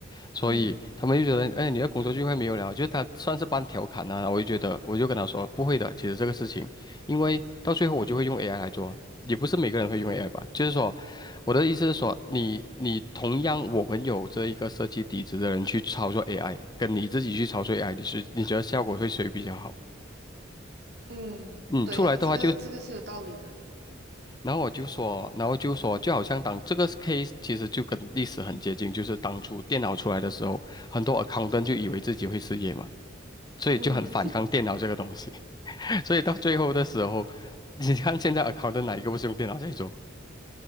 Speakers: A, on the left; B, on the right.
A: 所以他们就觉得，
B: 嗯
A: 哎，你的工作聚会没有聊，就是他算是半调侃呐、啊。我就觉得，我就跟他说，不会的，其实这个事情，因为到最后我就会用 AI 来做，也不是每个人会用 AI 吧。就是说，我的意思是说，你你同样我们有这一个设计底子的人去操作 AI，跟你自己去操作 AI，你是你觉得效果会谁比较好？
B: 嗯，
A: 嗯，
B: 对，
A: 出啊来的话就
B: 这个这个是有道理的，
A: <laughs>，
B: 嗯
A: 然后我就说，然后就说，就好像当这个 case 其实就跟历史很接近，就是当初电脑出来的时候，很多 a c c o u n t 就以为自己会失业嘛。所以就很反抗电脑这个东西。
B: 嗯。
A: <laughs> 所以到最后的时候，你看现在 a c c o u n t 哪一个不是用电脑在做？